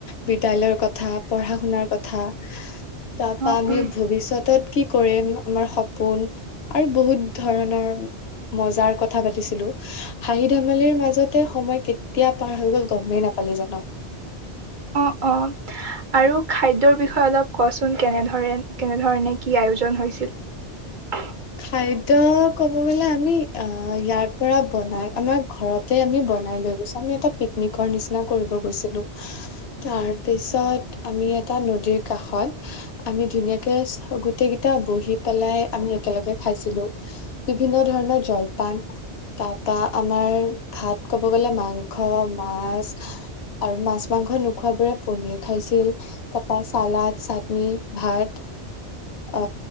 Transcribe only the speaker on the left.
বিদ্যালয়ৰ কথা, পঢ়া শুনাৰ কথা, তাৰ পৰা
আমি
ভৱিষ্যতত কি কৰিম, আমাৰ সপোন আৰু বহুত ধৰণৰ মজাৰ কথা পাতিছিলো। হাঁহি ধেমালিৰ মাজতে সময় কেতিয়া পাৰ হৈ গ'ল গ'মেই নাপালো জান।
খাদ্য ক'ব গ'লে আমি অ' ইয়াৰ পৰা বনাই আমাৰ ঘৰত তে আমি বনাই লৈ গৈছো। আমি এটা পিকনিকৰ নিচিনা কৰিব গৈছিলো। তাৰপিছত আমি এটা নদীৰ কাষত আমি ধুনীয়াকে গোটেই কেইটা বহি পেলাই আমি একেলগে খাইছিলো। বিভিন্ন ধৰণৰ জলপান তাৰপা আমাৰ ভাত ক'ব গ'লে মাংস, মাছ আৰু মাছ মাংস নোখোৱাবোৰে পনীৰ খাইছিল। তাৰপা চালদ চাটনি ভাত অ,